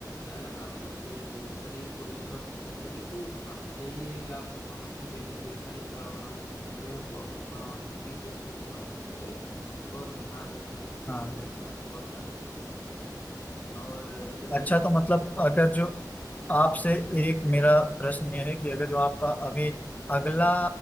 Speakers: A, on the left; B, on the left.
A: हाँ, आप अपने शरीर को भी स्वस्थ करिए लेकिन आप यही है कि आप वहाँ की वेजिटेशन का वहाँ के पेड़ पौधों का वहाँ की जीव जंतुओं का भी जो है बहुत ध्यान रखने की
B: हाँ
A: मुझे लगता है बहुत ज्यादा जरूरत और जैसे
B: अच्छा
A: अच्छा
B: तो मतलब अगर
A: जी
B: जो आपसे एक मेरा प्रश्न यह है कि अगर जो आपका अभी अगला